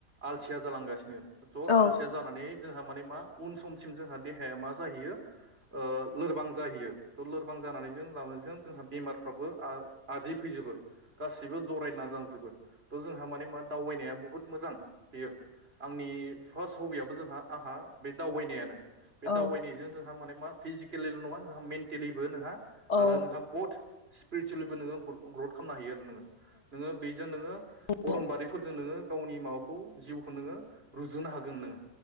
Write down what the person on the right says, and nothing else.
आलसिया जालांगासिनो। थ
आलसिया जानानै जोंहा माने मा उन समसिम जोंहा देहाया मा जाहैयो ओ लोरबां जाहैयो थ लोरबां जानानै ज ज जोंहा बेमारफ्राबो आरजि फैजोबो। गासिबो जरायना लांजोबो थ जोंहा माने मा दावबायनाया बुहुत मोजां। बेयो आंनि फार्स्ट हबियाव। जोंहा आंहा बे दावबायनायानो। बे
दावबायनायजों जोंहा माने। मा फिजिकेलिल नङा नोंहा मेन्टेलिबो नोंहा।
आरो नोंहा बुहद। स्पिसेलिबो नोंङो ग्रद। खालामनो हायो। नोंङो बेजों नोंङो
अरन बारिफोरजों नोंङो। गावनि माबाखौ जिउखौ नोंङो रुजुनो हागोन नोंङो।